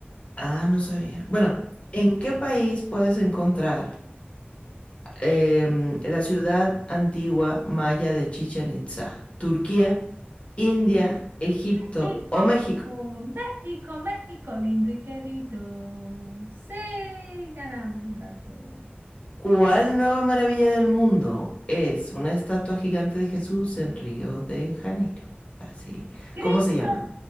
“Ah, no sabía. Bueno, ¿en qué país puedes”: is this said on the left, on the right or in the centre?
Left